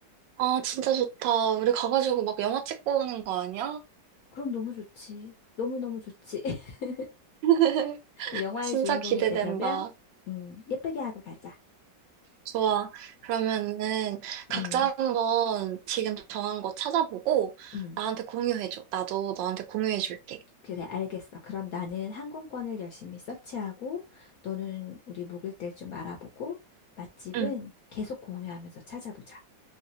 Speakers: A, on the right; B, on the left.
A: 아, 진짜 좋다. 우리 가가지고 막 영화 찍고 오는 거 아니야?
B: 그럼 너무 좋지. 너무너무 좋지. <laughs>
A: <laughs>
B: 영화의
A: 진짜
B: 주인공이
A: 기대된다.
B: 되려면, 음, 예쁘게 하고 가자.
A: 좋아. 그러면은 각자
B: 음,
A: 한번 지금 정한 거 찾아보고
B: 음.
A: 나한테 공유해줘. 나도 너한테 공유해줄게.
B: 그래, 알겠어. 그럼 나는 항공권을 열심히 서치하고, 너는 우리 묵을 때 좀 알아보고, 맛집은
A: 응,
B: 계속 공유하면서 찾아보자.